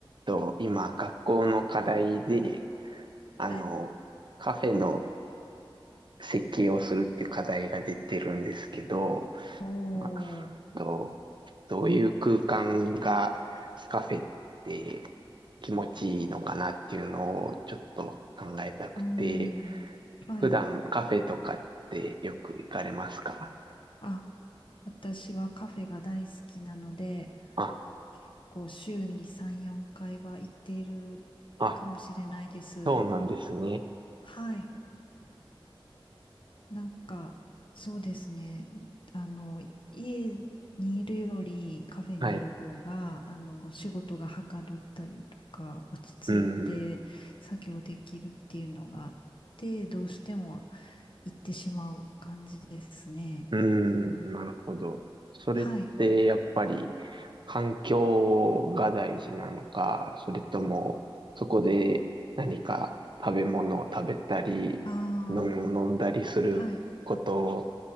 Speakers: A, on the right; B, on the left.
A: と、今、学校の課題で、あの、
B: はい。
A: カフェの設計をするっていう課題が出てるんですけど、
B: おー、
A: あと、どういう空間がカフェって気持ちいいのかなっていうのをちょっと考えたくて、
B: うーん。はい。
A: 普段カフェとかってよく行かれますか
B: あ、私はカフェが大好きなので、
A: あ、
B: 結構週に3、4回は行っているかもしれないです。
A: あ、そうなんですね。
B: はい。なんか、そうですね。あの、家にいるよりカフェにいる方が、
A: はい。
B: あの、仕事がはかどったりとか、落ち着いて作業できるっていうのがあって、
A: うん。
B: どうしても行ってしまう感じですね。
A: うーん、なるほど。それってやっぱり
B: はい。
A: 環境が大事なのか、それともそこで何か食べ物を食べたり、
B: あ
A: 飲み物飲んだりすること
B: あ、はい。